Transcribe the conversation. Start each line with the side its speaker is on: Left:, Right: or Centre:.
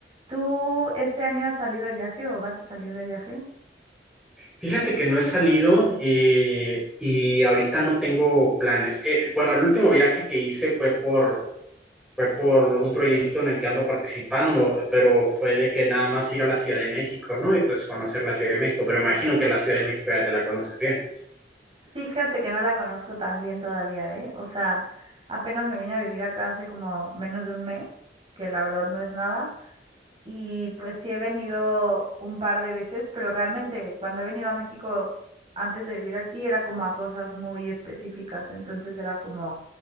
Right: ¿Tú este año has salido de viaje o vas a salir de viaje?
Centre: Fíjate que no he salido eh, y ahorita no tengo planes. Eh, bueno, el último viaje que hice fue por, fue por un proyecto en el que ando participando, pero fue de que nada más ir a la Ciudad de México, ¿no? Y pues conocer la Ciudad de México, pero imagino que la Ciudad de México ya te la conoces bien.
Right: Fíjate que no la conozco tan bien todavía, ¿eh? O sea, apenas me vine a vivir acá hace como menos de un mes, que la verdad no es nada. Y pues sí he venido un par de veces, pero realmente cuando he venido a México antes de vivir aquí era como a cosas muy específicas. Entonces era como